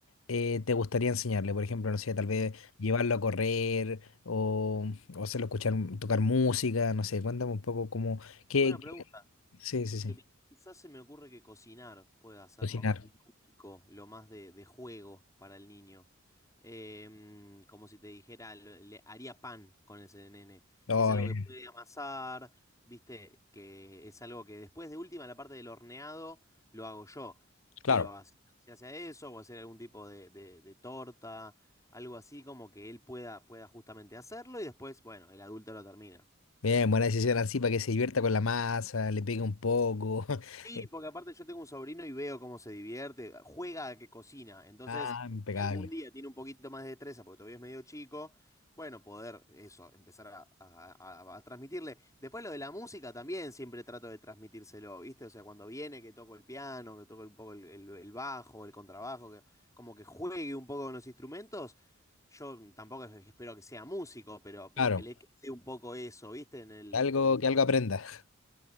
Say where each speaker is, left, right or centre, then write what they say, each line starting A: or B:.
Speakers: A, on the left (about 80°); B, on the left (about 15°).
A: eh, te gustaría enseñarle? Por ejemplo, no sé, tal vez llevarlo a correr o, o hacerlo escuchar, mm, tocar música, no sé, cuéntame un poco cómo, qué,
B: Buena pregunta.
A: qué- sí, sí, sí,
B: que quizás se me ocurre que cocinar pueda ser
A: cocinar.
B: lo más lúdico, lo más de, de juego para el niño. Em, como si te dijera, le, le haría pan con ese nene,
A: Oh,
B: que es algo
A: bien,
B: que puede amasar, viste, que es algo que después de última, la parte del horneado, lo hago yo.
A: claro.
B: Pero hacia hacia eso, o hacer algún tipo de, de- de torta, algo así como que él pueda, pueda justamente hacerlo y después, bueno, el adulto lo termina.
A: Bien, buena decisión así para que se divierta con la masa, le pegue un poco. <laughs>
B: Sí,
A: Eh,
B: porque aparte yo tengo un sobrino y veo cómo se divierte, juega a que cocina. Entonces,
A: Ah, impecable.
B: si algún día tiene un poquito más de destreza, porque todavía es medio chico, bueno, poder eso, empezar a, a- a- a transmitirle. Después lo de la música también siempre trato de transmitírselo, ¿viste? O sea, cuando viene que toco el piano, que toco un poco el, el- el bajo, el contrabajo, que como que juegue un poco con los instrumentos. Yo tampoco es- espero que sea músico, pero, pero
A: Claro,
B: que le quede un poco eso, ¿viste? En el,
A: que algo,
B: en el...
A: que algo aprenda. <laughs>